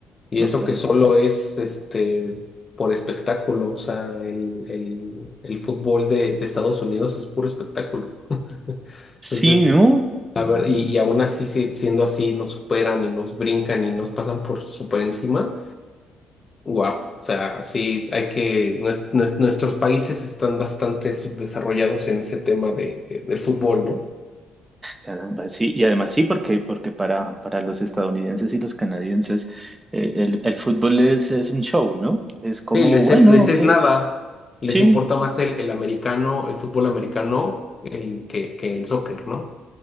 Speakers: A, on the left (about 35°); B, on the right (about 20°).
A: Y
B: norteamericano.
A: eso que solo es este por espectáculo, o sea, el, el- el fútbol de, de Estados Unidos es puro espectáculo. <laughs> Entonces,
B: Sí, ¿no?
A: a ver, y, y aún así, si- siendo así, nos superan y nos brincan y nos pasan por super encima. Wow. O sea, sí, hay que, nues- nues- nuestros países están bastante subdesarrollados en ese tema de, de- del fútbol, ¿no?
B: Caramba, sí, y además sí, porque, porque para, para los estadounidenses y los canadienses eh, el, el fútbol es, es un show, ¿no? Es como,
A: Sí, les
B: bueno,
A: es, les
B: ok,
A: es nada, les
B: sí,
A: importa más el, el americano, el fútbol americano, el, que, que el soccer, ¿no?